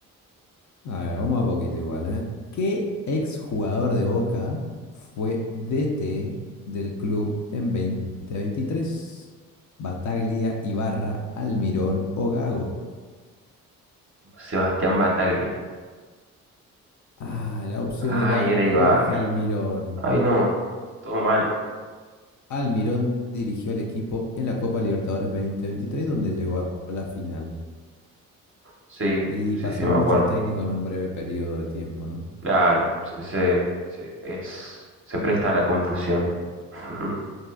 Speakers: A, on the left; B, on the right.
A: A ver, vamos a poquito igual, ¿eh? ¿Qué exjugador de Boca fue DT del club en 2023? Bataglia, Ibarra, Almirón o Gago.
B: Sebastián Bataglia.
A: Ah, la opción
B: Ay,
A: era
B: era Ibar.
A: Jorge Almirón.
B: Ay, no. Todo mal.
A: Almirón dirigió al equipo en la Copa Libertadores 2023, donde llegó a la final.
B: Sí,
A: Y
B: sí,
A: pasaron
B: sí, me acuerdo.
A: muchos técnicos en un breve periodo de tiempo, ¿no?
B: Claro, se, se, se- es, se presta a la confusión. <laughs>